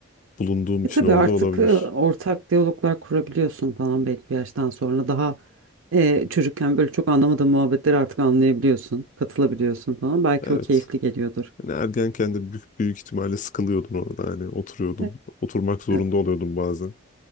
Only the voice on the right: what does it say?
E
tabii
artık
e, ortak diyaloglar kurabiliyorsun falan belli bir yaştan sonra. Daha e, çocukken böyle çok anlamadığın muhabbetleri artık anlayabiliyorsun, katılabiliyorsun falan. Belki
o keyifli geliyordur.
E,
e,